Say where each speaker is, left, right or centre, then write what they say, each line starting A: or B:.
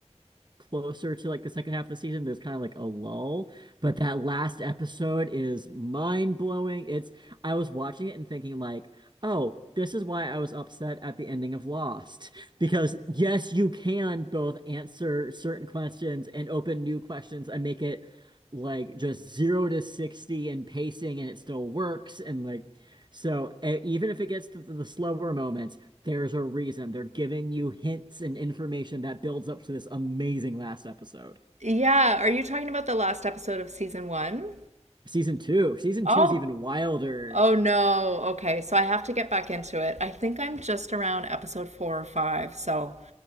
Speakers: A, on the right (about 40°); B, on the right (about 75°).
A: closer to like the second half of the season, there's kind of like a lull. But that last episode is mind blowing. It's I was watching it and thinking like, oh, this is why I was upset at the ending of Lost. <laughs> Because yes, you can both answer certain questions and open new questions and make it like just zero to 60 in pacing and it still works and like so e- even if it gets to the the slower moments there's a reason. They're giving you hints and information that builds up to this amazing last episode.
B: Yeah, are you talking about the last episode of season one?
A: Season two. Season
B: Oh,
A: two is even wilder
B: Oh no. Okay, so I have to get back into it. I think I'm just around episode four or five, so